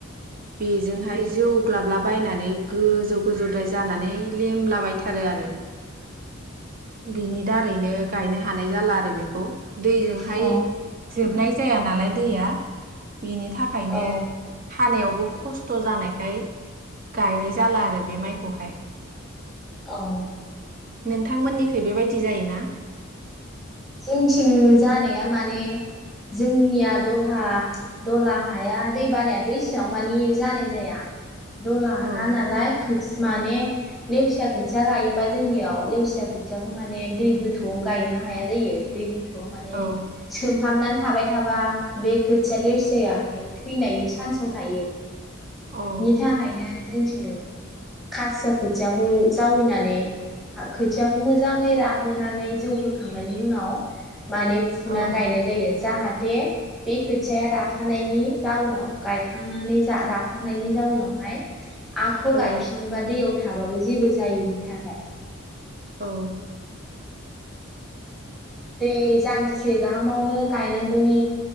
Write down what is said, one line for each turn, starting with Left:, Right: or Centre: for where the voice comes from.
Right: बेजोंहाय जौ ग्लाबलाबायनानै गोजौ गोजौद्राय जानानै लेमलाबायथारो आरो बिनि दारैनो गायनो हानाय जाला आरो बेखौ दैजोंहाय
Centre: औ
Right: जोबनाय जाया नालाय दैया बिनि थाखायनो
Centre: अ
Right: खानायावबो खस्थ जानायखाय गायनाय जाला आरो बे माइखौहाय
Centre: औ
Right: नोंथांमोननिखै बेबायदि जायोना?
Centre: जोंनिथिं जानाया माने जोंनिया दलहा दला हाया दै बानायाथ इसेबां मानि जानाय जाया दल्हा
Right: औ
Centre: हा नालाय खोथि माने लेवसिया खोथिया गायोबा जोंनियाव लेवसिया खोथियाखौ माने दै गोथौआव गायनो हाया जायो दै माने
Right: औ
Centre: सोमहाबनानै थाबाय थाबा बे खोथिया लेवसिायाहाय थैनायनि सान्साव थायो
Right: औ
Centre: बिनि थाखायनो जों जोंथिं खासिया खोथियाखौ जावैनानै खोथियाखौ मोजाङै राहोनानै जौ होखा थांनायनि उनाव माने फुनानै
Right: औ
Centre: गायनाय जायो जाहा दे बे खोथियाया राखानायनि जाउनाव गायखांनानै राखांनायनि जाउनावहाय आख'
Right: औ
Centre: गायफिनोबा दैयाव थाबाबो जेबो जायैनि थाखाय
Right: औ
Centre: दै जान्जिसे गाहामावनो गायनांगौनि